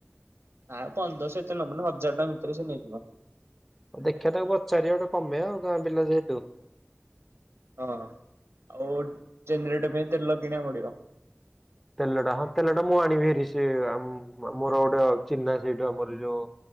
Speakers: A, on the right; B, in the centre.
A: ଆଉ ପନ୍ଦରଶହ ଏତେ ନବନି, ହଜାର ଟଙ୍କା ଭିତରେ ସେ ନେଇଯିବ।
B: ଆଉ ଦେଖିବା ତାକୁ ପଚାରିବା ଗୋଟେ କମେବ ଆଉ ଗାଁ ପିଲା ଯେହେତୁ।
A: ହଁ ଆଉ ଜେନେରଟେ ପାଇଁ ତେଲ କିଣିବାକୁ ପଡିବ।
B: ତେଲଟା ହଁ ତେଲଟା ମୁଁ ଆଣିବି ହେରି ସେ ମ -ମୋର ଗୋଟେ ଚିହ୍ନା ସେଇଟୁ ଆମର ଯୋଉ।